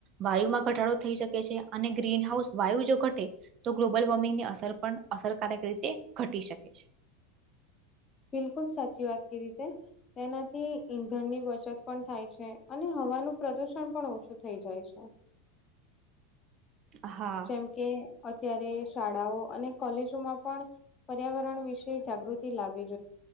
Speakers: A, on the right; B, on the left.
A: વાયુમાં ઘટાડો થઈ શકે છે અને ગ્રીનહાઉસ વાયુ જો ઘટે તો ગ્લોબલ વોર્મિંગની અસર પણ અસરકારક રીતે ઘટી શકે છે.
B: બિલકુલ સાચી વાત કીતે તેનાથી ઈંધણની બચત પણ થાય છે. અને હવાનું પ્રદુષણ પણ ઓછું થઈ જાય છે.
A: હા
B: જેમ કે અત્યારે શાળાઓ અને કોલેજોમાં પણ પર્યાવરણ વિશે જાગૃતિ લાવે છે.